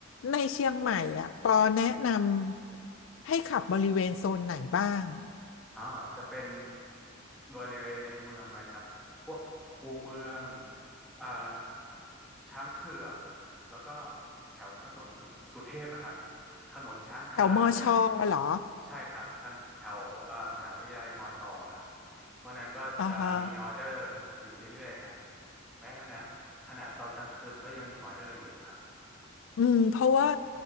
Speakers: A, on the left; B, in the centre.
A: ในเชียงใหม่อ่ะปอแนะนำให้ขับบริเวณโซนไหนบ้าง
B: อ่าจะเป็นบริเวณในเมืองเลยครับพวกคูเมืองอ่าช้างเผือกแล้วก็แถวถนนทุสุเทพอะครับถนนช้างคานอะไรอย่างเงี้ย
A: แถวมอชอเหรอ
B: ใช่ครับท่านแถวเอ่อมหาวิทยาลัยมอชอครับเพราะนั้นก็จะมีออเดอร์อยู่เรื่อยๆฮะ
A: อ่าฮะ
B: แม้ขณะขนาดตอนกลางคืนก็ยังมีออเดอร์อยู่ครับ
A: อืมเพราะว่า